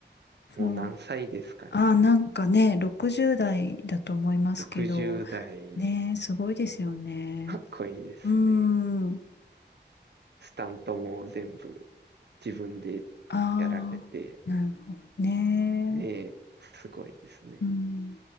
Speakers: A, on the right; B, on the left.
A: もう何歳ですかね。
B: そう。ああ、なんかね、60代だと思いますけど、
A: 60代、
B: ね、すごいですよね。
A: かっこいいですね。
B: うーん。
A: スタントも全部自分で
B: ああ、
A: やられて、
B: なるほどね。
A: ねえ、すごいですね。
B: うん、